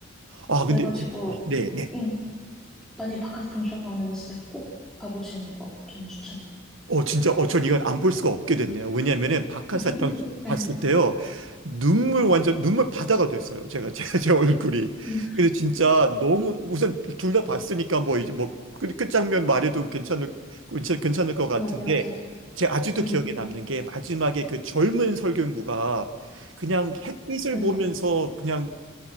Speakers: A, on the right; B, in the centre.
A: 아,
B: 그래가지고
A: 근데, 아, 네, 네.
B: 응, 만약에 박하사탕 좋아하면 진짜 꼭 봐보시는 거 저는 추천해요.
A: 어, 진짜, 어, 전 이건 안 볼 수가 없게 됐네요. 왜냐면은 박하사탕
B: <laughs> 네,
A: 봤을 때요. 눈물 완전, 눈물 바다가 됐어요. 제가, <laughs> 제, 제 얼굴이.
B: 응,
A: 그래서 진짜 너무, 우선 둘 다 봤으니까 뭐, 이제 뭐, 끝, 끝장면 말해도 괜찮을, 괜찮, 괜찮을 것 같은데,
B: 맞아요, 맞아요.
A: 제 아직도
B: 응,
A: 기억에 남는 게 마지막에 그 젊은 설경구가 그냥 햇빛을
B: 네,
A: 보면서 그냥